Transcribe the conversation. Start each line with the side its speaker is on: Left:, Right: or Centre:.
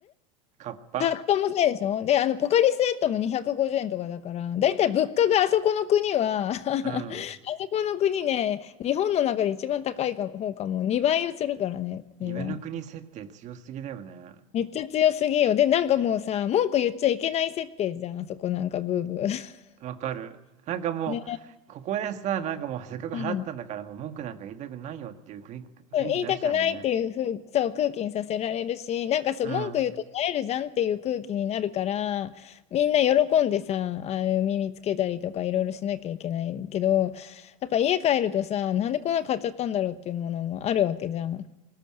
Right: カッパ。
Left: タッパもそうでしょで、あの、ポカリスエットも250円とかだから、だいたい物価があそこの国は <laughs> あそ
Right: うん。
Left: この国ね、日本の中で一番高いか方かも、2倍するからね、値段。
Right: 夢の国設定強すぎだよね。
Left: めっちゃ強すぎよ。で、なんかもうさ、文句言っちゃいけない設定じゃん、あそこなんかブーブー。<laughs>
Right: わかる。なんかもう、
Left: ね、
Right: ここでさ、なんかもうせっかく払ったんだから、
Left: うん
Right: もう文句なんか言いたくないよっていう雰囲気雰囲気出しちゃうもんね。
Left: 言いたくないっていうふう、そう、空気にさせられるし、なんかそう、
Right: うん。
Left: 文句言うと萎えるじゃんっていう空気になるから、みんな喜んでさ、ああいう耳つけたりとかいろいろしなきゃいけないけど、やっぱ家帰るとさ、なんでこんなの買っちゃったんだろうっていうものもあるわけじゃん。